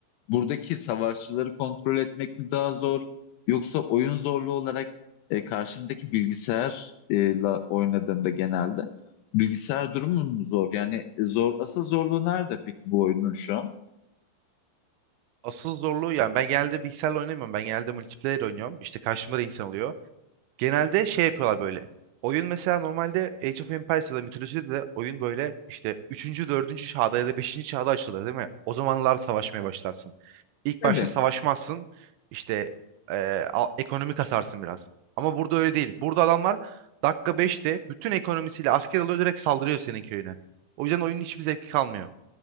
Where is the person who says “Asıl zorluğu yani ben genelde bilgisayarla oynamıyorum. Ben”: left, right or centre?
Right